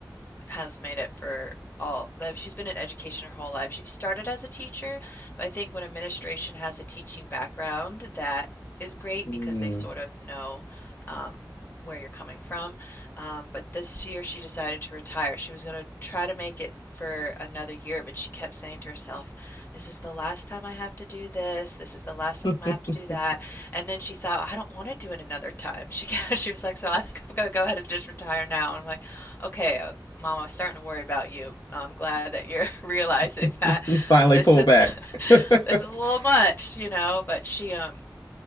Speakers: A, on the left; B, on the left.
A: has made it for all. like, She's been in education her whole life. She started as a teacher, but I think when administration has a teaching background, that is great
B: Hmm.
A: because they sort of know um, where you're coming from. Um, but this year she decided to retire. She was going to try to make it for another year, but she kept saying to herself, This is the last time I have to do this. This is the last time
B: <laughs>
A: I have to do that. And then she thought, I don't want to do it another time. She, <laughs> she was like, So I think I'm going to go ahead and just retire now. And I'm like, Okay, Mom, I was starting to worry about you. I'm glad that you're <laughs> realizing
B: You
A: that
B: finally
A: this
B: pull
A: is
B: back.
A: <laughs>
B: <laughs>
A: this is a little much, you know, but she um